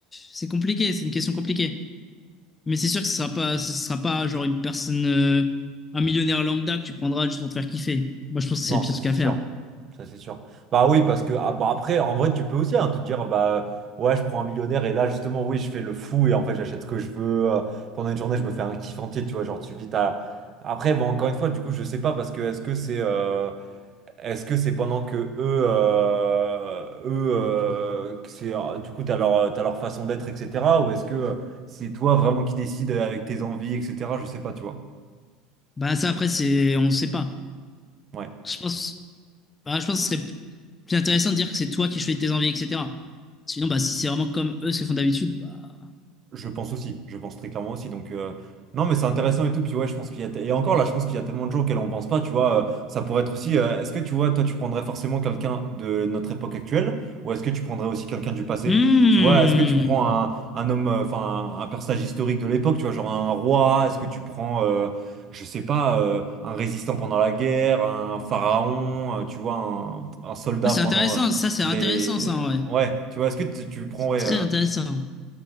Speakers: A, on the left; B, on the right.
A: C'est compliqué, c'est une question compliquée. Mais c'est sûr que ce sera pas, ce sera pas genre une personne. euh, un millionnaire lambda que tu prendras juste pour te faire kiffer. Moi, je pense que c'est
B: Non,
A: le pire
B: ça
A: truc
B: c'est
A: à
B: sûr.
A: faire.
B: Ça c'est sûr. Bah oui, parce que ah, bah, après, en vrai, tu peux aussi hein, te dire, bah ouais, je prends un millionnaire et là, justement, oui, je fais le fou et en fait, j'achète ce que je veux. euh, pendant une journée, je me fais un kiff entier, tu vois. Genre, tu vis ta. Après, bon, encore une fois, du coup, je sais pas parce que est-ce que c'est euh, est-ce que c'est pendant que eux, euh, eux euh, que c'est, euh, du coup, t'as leur, t'as leur façon d'être, etc. Ou est-ce que euh, c'est toi vraiment qui décides avec tes envies, etc. Je sais pas, tu vois.
A: Bah, ça, après, c'est. On sait pas.
B: Ouais.
A: Je pense. Bah, je pense que ce serait plus intéressant de dire que c'est toi qui choisis tes envies, etc. Sinon, bah, si c'est vraiment comme eux ce qu'ils font d'habitude, bah.
B: Je pense aussi, je pense très clairement aussi. Donc, euh, non, mais c'est intéressant et tout. Puis, ouais, je pense qu'il y a. Et encore là, je pense qu'il y a tellement de gens auxquels on pense pas, tu vois. euh, ça pourrait être aussi. euh, est-ce que tu vois, toi, tu prendrais forcément quelqu'un de notre époque actuelle ou est-ce que tu prendrais aussi quelqu'un du passé?
A: Hmm.
B: Tu vois, est-ce que tu prends un, un homme, euh, enfin, un un personnage historique de l'époque, tu vois, genre un roi? Est-ce que tu prends, euh, je sais pas, euh, un résistant pendant la guerre, un pharaon, euh, tu vois, un, un soldat
A: Ah, c'est
B: pendant
A: intéressant, ça, c'est
B: les.
A: intéressant, ça, en vrai.
B: Ouais, tu vois, est-ce que tu, tu prends,
A: C'est
B: ouais.
A: très intéressant.